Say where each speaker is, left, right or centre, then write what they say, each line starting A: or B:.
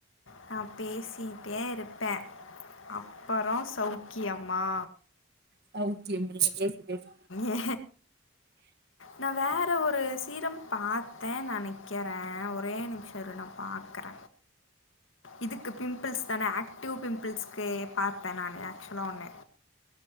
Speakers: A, on the left; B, on the right.
A: நா பேசிட்டே இருப்பே அப்பறம் சௌக்கியமா
B: சௌக்கியமே பேசு பேசு
A: ஏ நா வேற ஒரு சீரம் பாத்த நெனைக்கிறன் ஒரே நிம்ஷொ இரு நா பாக்குற இதுக்கு பிம்பிள்ஸ் தான ஆக்டிவ் பிம்பிள்ஸ்க்கு பாத்த நானு ஆக்ச்சுல ஒண்ணு